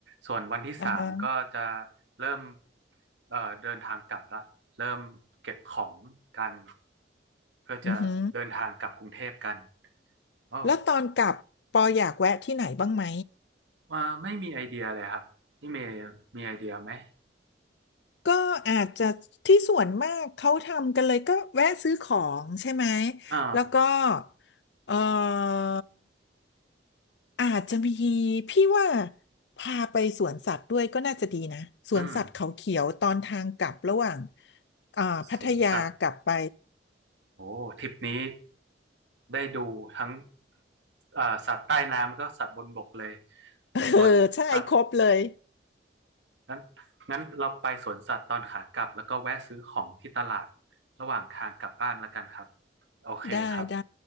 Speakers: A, on the right; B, on the left.
A: ส่วนวันที่สามก็จะ
B: อ่าฮะ
A: เริ่มเอ่อเดินทางกลับละเริ่มเก็บของกันเพื่อจะเดินทางกลับกรุงเทพกัน
B: อือฮึ
A: โอ้
B: แล้วตอนกลับปออยากแวะที่ไหนบ้างไหม
A: ว่าไม่มีไอเดียเลยครับพี่เมย์มีไอเดียไหม
B: ก็อาจจะที่ส่วนมากเขาทำกันเลยก็แวะซื้อของใช่ไหม
A: อ่า
B: แล้วก็เอ่อ อาจจะมีพี่ว่าพาไปสวนสัตว์ด้วยก็น่าจะดีนะสวนสัตว์เขาเขียวตอนทางกลับระหว่าง
A: อืม
B: อ่าพัทยากลับไป
A: สวนสัตว์โอ้ทริปนี้ได้ดูทั้งอ่าสัตว์ใต้น้ำก็สัตว์บนบกเลย
B: <laughs>
A: ส่วนสัตว์
B: เออใช่ครบเลย
A: งั้นงั้นเราไปสวนสัตว์ตอนขากลับแล้วก็แวะซื้อของที่ตลาดระหว่างทางกลับบ้านแล้วกันครับโอเคครับ
B: ได้ได้